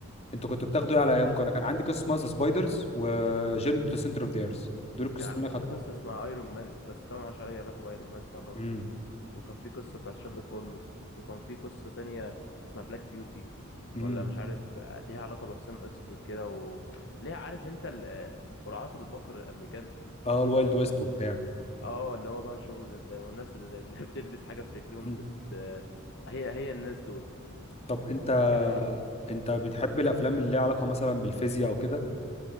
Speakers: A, on the left; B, on the left.
A: انتوا كنتوا بتاخدوا ايه على ايامكم
B: عارف
A: انا كان عندي قصة اسمها سبايدرز وجيرني تو سنتر اوف ذا ايرث دول القصص
B: كا-
A: اللي
B: كان
A: انا خدتهم
B: في قصه اسمها ايرون مان بس طبعا ملهاش اي علاقه بايرون مان بتاع مارفل
A: امم
B: وكان في قصه بتاعت شارلي كولمز وكان في قصه تانية اسمها بلاك بيوتي
A: امم
B: ولا مش عارف ليها علاقه بحسام اسود كده وليها عارف انت ال- قرعات البقر الامريكان
A: اه الوايلد ويست وبتاع
B: اه اللي هو بقى شغل ال- والناس اللي اللي <laughs> بتلبس حاجة في رجليهم
A: مم.
B: بت هي هي الناس دول
A: طب انت
B: انت بتتكلم عنهم
A: انت بتحب الافلام اللي ليها علاقة مثلا بالفيزياء او كده